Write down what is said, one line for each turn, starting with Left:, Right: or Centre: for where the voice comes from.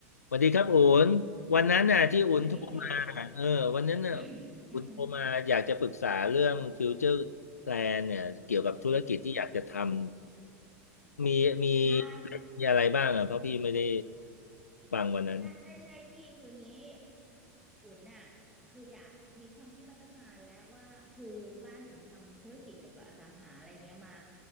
Left: สวัสดีครับอุ่นวันนั้นน่ะที่อุ่นโทรมาเออวันนั้นน่ะ
Centre: สวัสดีพี่ <coughs> อืม
Left: อุ่นโทรมาอยากจะปรึกษาเรื่องฟิวเจอร์แพลนเนี่ยเกี่ยวกับธุรกิจที่อยากจะทำมีมี
Centre: ใช่
Left: มีอะไรบ้างอ่ะเพราะพี่ไม่ได้ฟังวันนั้น
Centre: ใช่ใช่พี่คืองี้อุ่นน่ะคืออยากมีความคิดมาตั้งนานแล้วว่าคือบ้านอุ่นทำธุรกิจเกี่ยวกับอสังหาอะไรเงี้ยมา